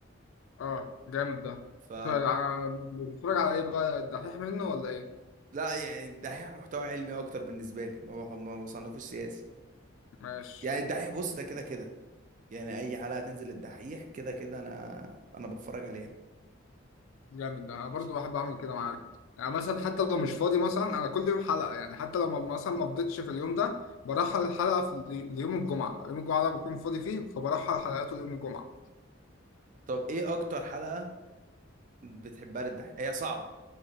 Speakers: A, on the left; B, on the right.
A: اه جامد ده
B: ف
A: طيب، ع- بتتفرج على ايه بقى الدحيح منه ولا ايه
B: لا يعني الدحيح محتوى علمي اكتر بالنسبه لي ما بح- ما بصنفوش سياسي
A: ماشي
B: يعني الدحيح بص ده كده كده يعني اي حلقة تنزل الدحيح كده كده انا انا بتفرج عليها
A: جامد ده انا برضو
B: ماشي
A: بحب اعمل كده معاك يعني مثلا حتى لو مش فاضي مثلا انا كل يوم حلقه يعني حتى لو ما- مثلا ما فضيتش في اليوم ده برحل الحلقه في ال- ليوم الجمعه يوم الجمعه ده بكون فاضي فيه فبرحل حلقاته ليوم الجمعه
B: طب ايه اكتر حلقة بتحبها للدحيح هي صعبة